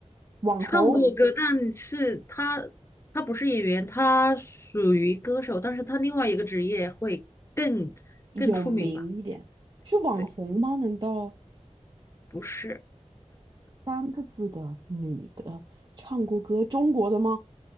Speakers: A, on the right; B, on the left.
A: 网红
B: 唱过歌，但是他他不是演员，他属于歌手，但是他另外一个职业会更更出名吧？
A: 有名一点，是网红吗？
B: 对，
A: 难道
B: 不是，
A: 三个字的女的唱过歌，中国的吗？